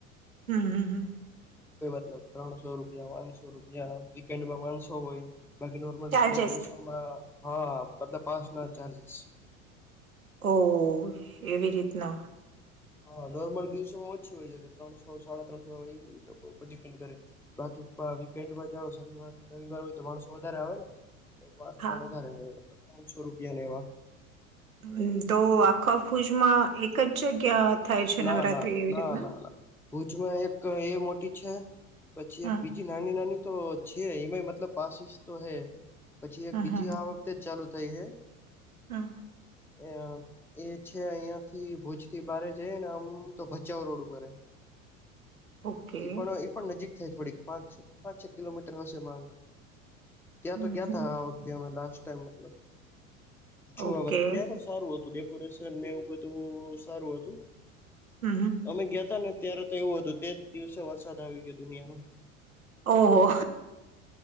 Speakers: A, on the right; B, in the centre.
A: હમ્મ હમ્મ હ
B: મલબ ત્રણસો રૂપિયાનસો રૂપિયા વીકેન્ડમાંનસો હોય બાકી નોર્મલ
A: ચાર્જેસ
B: દિવસોમાં હા બતલ પાચ ના ચાર્જસ
A: ઓ એવી રીતના
B: હા નોર્મલ દિવસોમાં ઓછી હોય છે કે ત્રણસો સાડા ત્રણસો એ લોકો ઉપર ડિપેન્ડ કરે બાકી વીકેન્ડમાં જાઓ શનિવાર રવિવાર હોય તો માણસો વધારે આવે ને તો વાસ
A: હા
B: ના વધારે હોયલ પાંચસો રૂપિયાને એવા
A: હ તો આખા ફુજમાં એક જ જગ્યા થાય છે
B: ના
A: નવરાત્રી
B: ના
A: એવી
B: ના
A: રીતના
B: ના ના ભુજમાં એક એ મોટી છે પછી
A: હા
B: એક બીજી નાની નાની તો છે એમાં મતલબ પાસીિસ તો હે પછી એક
A: હા
B: બીજી
A: હા
B: આ વખતે જ ચાલુ થઈ હ
A: હા
B: અ એ છે અહિયાયા થી ભુજ થી બારે જઈ ને આમ તો ભચાાવ રોડ ઉપર
A: ઓકે
B: પણ ઈ પણ નજીક થોડીક પાંચ છ પાંચ છ કિલોમીટર હશે માંડો ત્યાં
A: હમ
B: તો ગયાતા
A: હમ
B: આ વખતે અમે લ જો ત્યાં
A: ઓકે
B: પણ સારું હતું નનેવ બધ સારું હતું
A: હમ હમ
B: અમે ગયાતા ને ત્યારે તો એવું હતું તે દિવસે વરસાદ આવી ગયો દુનિયામાં
A: ઓહો